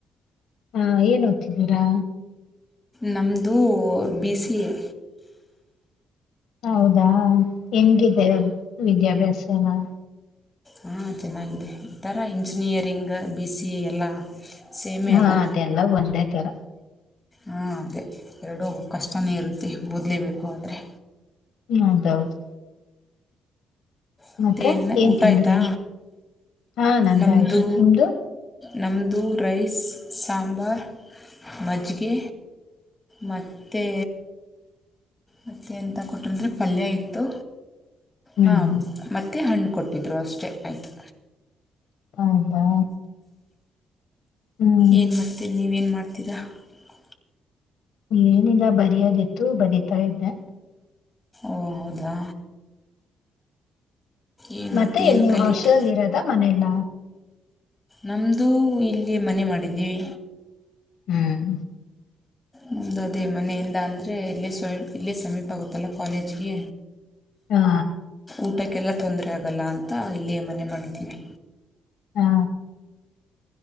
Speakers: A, on the left (about 75°); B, on the left (about 15°).
A: ಹಾ ಏನ್ ಓದ್ತಿದ್ದೀರಾ?
B: ನಮ್ಮದು ಬಿ ಸಿ ಎ
A: ಹೌದಾ? ಎಂಗಿದೆ ವಿದ್ಯಾಭ್ಯಾಸ? ಏನ?
B: ಹಾಂ ಚೆನ್ನಾಗಿದೆ ಈ ಥರ ಇಂಜಿನಿಯರಿಂಗ್ ಬಿ ಸಿ ಎ ಎಲ್ಲ ಸೇಮೇ
A: ಹಾ
B: ಅಲ್ಲ
A: ಅದೆಲ್ಲ ಒಂದೇ ತರ
B: ಹಾಂ ಅದೇ ಎರಡೂ ಕಷ್ಟನೇ ಇರುತ್ತೆ ಓದಲೇಬೇಕು ಆದರೆ
A: ಹೌದೌದು.
B: ಮತ್ತು
A: ಮತ್ತೆ
B: ಏನು
A: ಏನ್
B: ಊಟ
A: ತಿಂದ್ರಿ
B: ಆಯಿತಾ
A: ಹಾ ನಂದಾಯ್ತು
B: ನಮ್ಮದು
A: ನಿಮ್ದು.
B: ನಮ್ಮದು ರೈಸ್ ಸಾಂಬರ್ ಮಜ್ಜಿಗೆ ಮತ್ತೆ ಮತ್ತೆ ಅಂತ ಕೊಟ್ಟ್ರು ಅಂದ್ರೆ ಪಲ್ಯ ಇತ್ತು
A: ಹ್ಮ್
B: ಹಾಂ ಮತ್ತೆ ಹಣ್ಣು ಕೊಟ್ಟಿದ್ರು ಅಷ್ಟೇ ಆಯಿತು
A: ಹೌದಾ. ಹ್ಮ್
B: ಏನ್ ಮಾಡ್ತೀರಿ ನೀವು ಏನ್ ಮಾಡ್ <unintelligible>
A: ಏನಿಲ್ಲ ಬರಿಯದಿತ್ತು ಬರಿತಾ ಇದ್ದೆ.
B: ಓ ಹೌದಾ ಏನು
A: ಮತ್ತೆ ಎಲ್
B: ಏನು
A: ನೀವ್
B: ಕಲಿತು
A: ಹಾಸ್ಟೆಲ್ಲ್ಲಿ ಇರದ ಮನೆಲ್ಲ
B: ನಮ್ಮದು ಇಲ್ಲಿ ಮನೆ ಮಾಡಿದ್ದೀವಿ
A: ಹ್ಮ್
B: ನಮ್ದು ಅದೇ ಮನೆಯಿಂದ ಅಂದರೆ ಇಲ್ಲೇ ಸ್ವಯಂ ಇಲೆ ಸಮೀಪ ಆಗುತ್ತಲ್ಲ ಕಾಲೇಜ್ಗೆ
A: ಹಾ
B: ಊಟಕ್ಕೆಲ್ಲ ತೊಂದರೆ ಆಗಲ್ಲ ಅಂತ ಇಲ್ಲಿಯೇ ಮನೆ ಮಾಡಿದ್ದೀನಿ
A: ಹಾ